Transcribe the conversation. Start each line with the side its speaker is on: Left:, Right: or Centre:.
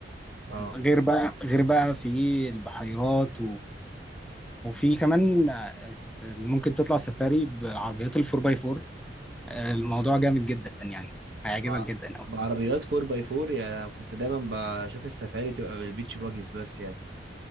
Right: اه
Centre: غير بقى غير بقى في البحيرات وفي كمان آه، ممكن تطلع سفاري بعربيات الفور باي فور الموضوع جامد جدا يعني هيعجبك
Right: بع-
Centre: جدا أوي
Right: بعربيات 4 باي 4 يعني كنت دايما بشوف السفاري تبقى بالبيتش باجيز بس يعني